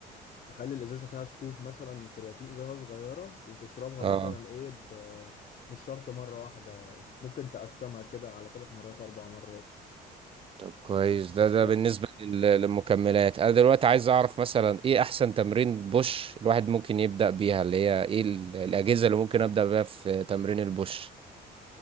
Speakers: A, on the left; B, on the right.
A: تخلي الازازه فيها سكوب مثلا كرياتين ازازه صغيره وتشربها
B: اه
A: مثلا ايه ب... مش شرط مره واحده ممكن تقسمها كده على ثلاث مرات اربع مرات
B: طب كويس ده ده
A: سواء
B: بالنسبة لل- للمكملات أنا دلوقتي عايز أعرف مثلا إيه أحسن تمرين بوش الواحد ممكن يبدأ بيها اللي هي إيه ال- الأجهزة اللي ممكن أبدأ بيها في تمرين البوش